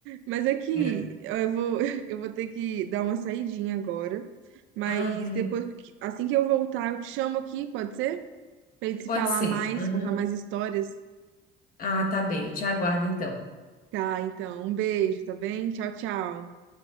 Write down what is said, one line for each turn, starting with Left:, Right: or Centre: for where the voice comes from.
Right: Mas aqui,
Left: Era.
Right: eu vou, <laughs> eu vou ter que dar uma saidinha agora. Mas
Left: Ah, beleza.
Right: depois, assim que eu voltar, eu te chamo aqui, pode ser? Pra gente se
Left: Pode
Right: falar
Left: ser.
Right: mais,
Left: Aham.
Right: contar mais histórias.
Left: Ah, tá bem. Eu te aguardo então.
Right: Tá, então, um beijo, tá bem? Tchau, tchau.